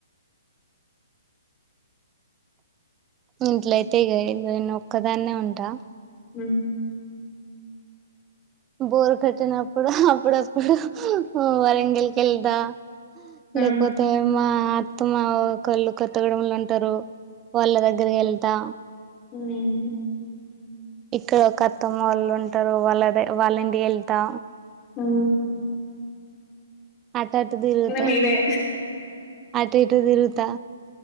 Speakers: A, on the right (about 20°); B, on the left (about 25°).
A: ఇంట్లయితే ఇగ నేను ఒక్కదాన్నే ఉంటా.
B: హు
A: బోరు కొట్టినప్పుడు హా అప్పుడప్పుడు వరంగల్కి ఎల్తా.
B: ఉమ్
A: లేకపోతే మా అత్తమ ఒకళ్లు కొత్తగూడెంలో ఉంటరు. వాళ్ళ దగ్గరికి ఎళ్తా.
B: హూమ్
A: ఇక్కడ ఒక అత్తమ్మ వాళ్ళు ఉంటరు వాళ్ళదే వాళ్ళింటికి ఎళ్తా.
B: హ్
A: అటటు తిరుగుతా.
B: మీదే
A: అటు ఇటు తిరుగుతా.